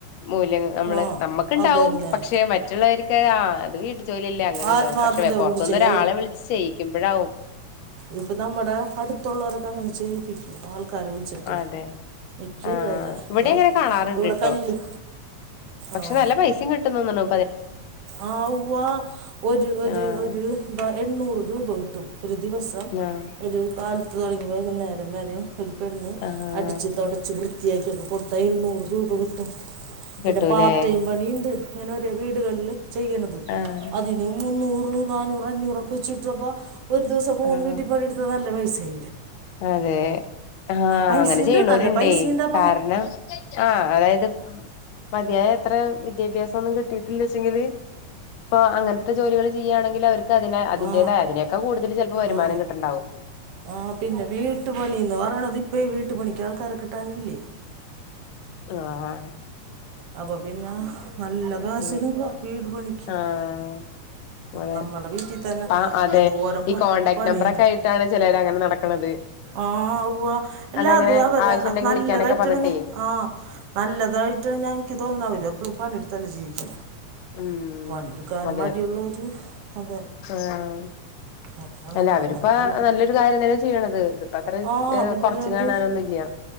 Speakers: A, on the left; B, on the right.
A: മൂല്യങ്ങ നമ്മള്
B: ആ
A: നമ്മുക്കുണ്ടാവും
B: അത് തന്നെ
A: പക്ഷെ മറ്റുള്ളവർക്ക് ആ അത് വീട്ടിൽ ജോലില്ലേ അങ്ങനെ
B: ആത്മാർത്ഥതയോട്
A: ഇതാവും പക്ഷേ പുറത്തനിന്ന്
B: ചെയ്യാം
A: ഒരാളെ വിളിച്ച് ചെയ്യിക്കുമ്പഴാവും
B: ഇപ്പൊ നമ്മുടെ അടുത്തുള്ളവരൊക്ക അങ്ങനെ ചെയ്യിപ്പിക്കും ആൾക്കാരെ വിളിച്ചിട്ടേ
A: അതെ
B: മിക്കവരും
A: ആ
B: അതെ
A: ഇവിടെ
B: ഇപ്പം
A: എങ്ങനെ കാണാറുണ്ട്ട്ടോ
B: ഇവിടെ കല്ല്
A: പക്ഷെ
B: ആ
A: നല്ല പൈസയും കിട്ടുന്നന്നല്ലോ
B: ആ ഉവ്വ ഒജി ഒജി
A: ആഹ്
B: ഒജ് എണ്ണൂറ് രൂപ <inaudible> ഒരു ദിവസം
A: ആഹ്
B: ഒരു കാലത്ത് തുടങ്ങി വൈകുന്നേരം വരെ <unintelligible> പെണ്ണ്
A: ആഹ്
B: അടിച്ച് തുടച്ച് വൃത്തിയാ കൊടുത്ത എണ്ണൂറ്റ് രൂപ കിട്ടും പിന്നെ
A: കിട്ടൂലേ
B: പാർട്ടേമ് പണീണ്ട് അങ്ങനെ ഒര് വീടുകളില് ചെയ്യണത്
A: ആഹ്
B: അതിനും മുന്നൂ നാനൂറ് അഞ്ഞൂറൊക്കെ <unintelligible> ഒരു ദിവസം മൂന്ന്
A: ആഹ്
B: വീട്ടി പണി എടുത്ത നല്ല പൈസ് <inaudible>
A: അതെ ആാ
B: പൈസയുണ്ട്
A: അങ്ങനെ ചെയ്യണവരുണ്ടേ
B: നല്ല പൈസയുണ്ട് ആ
A: കാരണം
B: പണി
A: ആ അതായത് മതിയായ എത്ര വിദ്യാഭ്യാസം ഒന്നും കിട്ടിയിട്ടില്ലച്ചെങ്കില് ഇപ്പൊ അങ്ങനത്തെ ജോലികള് ചെയ്യയാണെങ്കിൽ അവര് <unintelligible> അതിന്റോയ
B: ആ
A: അതിനൊക്കെൂടുതല് വരുമാന
B: ആ
A: കിട്ടുണ്ടാവും
B: ആ പിന്നെ വീട്ടുപണിന്ന് പറയണത് ഇപ്പ വീട്ടുപണിക്ക് ആൾക്കാരെ കിട്ടാനില്ലേ
A: ആാാ
B: അപ്പൊ പിന്നെ നല്ല കാശനും
A: അതെ
B: വീട് പണിക്ക്
A: ആഹ് അതെ
B: നമ്മടെ വീട്ടിൽ തന്നെ
A: ആഹ് അതെ
B: എന്തോരം
A: ഈ കോണ്ടാക്ട്
B: പണിയുണ്ട്
A: നമ്പറൊക്കെ ആയിട്ടാണ് ചിലര് അങ്ങനെ നടക്കണത്
B: ആ വ എല്ലാതും
A: അല്ല അങ്ങനെ
B: അവര്
A: ആവശ്യം ഉണ്ടെങ്കിൽ
B: നല്ലതായിട്ടണഞ്ഞ
A: വിളിക്കാനൊക്കെ പറഞ്ഞിട്ടേ
B: ആഹ നല്ലതായിട്ടണഞ്ഞ എനിക്ക് തോന്നണ അവര് എപ്പഴും പഞ്ഞി എടുത്തല്ല ജീവിിക്കൻ
A: ഉം
B: പണിയെടുക്കൻ
A: അതെ
B: മടിയുള്ളര് അതെ
A: ആഹ്
B: അതാണ്
A: അല്ല
B: അപ്പൊ
A: അവരിപ്പ
B: അങ്ങനെ ജയിപ്പിക്കും
A: നല്ലൊരു കാര്യം തന്നെ ചെയ്യണത്. ഇതിപ്പോ അത്ര
B: ആ പിന്നല്ലാണ്ട്
A: കൊറച്ച് കാണാനൊന്നുംല്ല